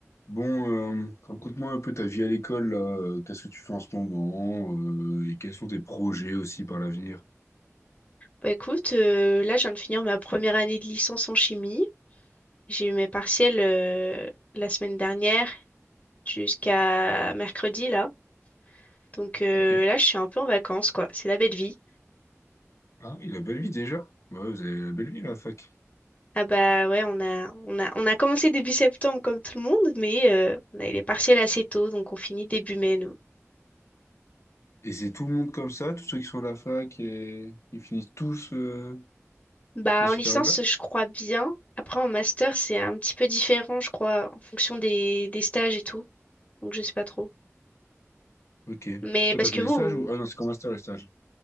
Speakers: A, on the left (about 65°); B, on the left (about 30°).
A: Bon, euh, raconte-moi un peu ta vie à l'école, là. Euh, Qu'est-ce que tu fais en ce moment, euh, et quels sont tes projets aussi par l'avenir?
B: Bah écoute, euh, là, je viens de finir ma première année de licence en chimie. J'ai eu mes partiels euh, la semaine dernière jusqu'à mercredi, là. Donc euh,
A: Ok.
B: là, je suis un peu en vacances, quoi. C'est la belle vie.
A: Ah oui, la belle vie déjà. Bah ouais, vous avez la belle vie, la fac.
B: Ah bah ouais, on a, on a, on a commencé début septembre comme tout le monde, mais euh, on a eu les partiels assez tôt, donc on finit début mai, nous.
A: Et c'est tout le monde comme ça, tous ceux qui sont à la fac, et ils finissent tous euh,
B: Bah
A: dans ces
B: en licence,
A: périodes-là?
B: je crois bien. Après, en master, c'est un petit peu différent, je crois, en fonction des, des stages et tout. Donc je sais pas trop.
A: Ok.
B: Mais
A: Toi,
B: parce
A: t'as fait
B: que
A: des
B: vous,
A: stages ou... Ah non, c'est comme un stage, les stages.